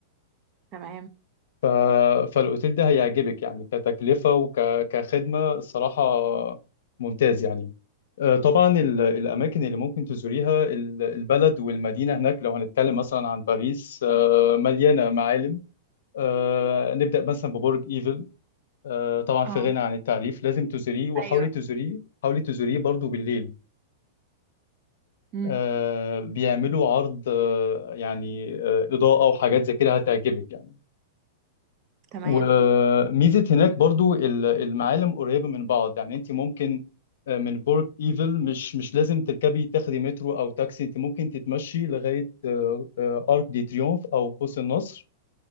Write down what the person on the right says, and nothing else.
تمام
اه
ايوه
امم
تمام